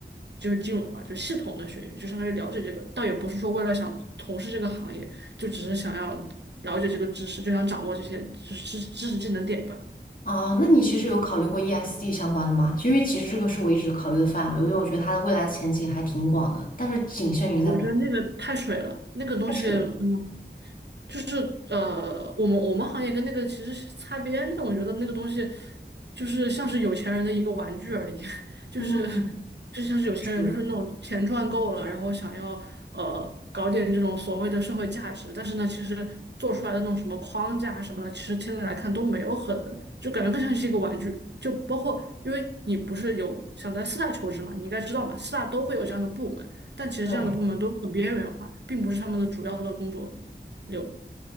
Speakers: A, on the right; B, on the left.
A: 就是金融吧，就系统的学一学，就相当于了解这个，倒也不是说为了想从事这个行业，就只是想要了解这个知识，就想掌握这些知识知识技能点吧。
B: 啊，那你其实有考虑过 ESG 相关的吗？因为其实这个是我一直考虑的范围，因为我觉得它的未来的前景还挺广的，但是仅限于在股
A: 我觉得那个太水了，那个东西，
B: 太水了。
A: 嗯，就是呃，我们我们行业跟那个其实是擦边的，我觉得那个东西就是像是有钱人的一个玩具而已，<laughs> 就是
B: 嗯，
A: 就像是有钱人就是那种钱赚够了，
B: 是，
A: 然后想要呃搞点这种所谓的社会价值，但是呢，其实做出来的那种什么框架什么的，其实现在来看都没有很，就感觉更像是一个玩具，就包括因为你不是有想在四大求职嘛，你应该知道嘛，四大都会有这样的部门，但其实这样的部门都很边缘化，
B: 对。
A: 并不是他们的主要的工作。有。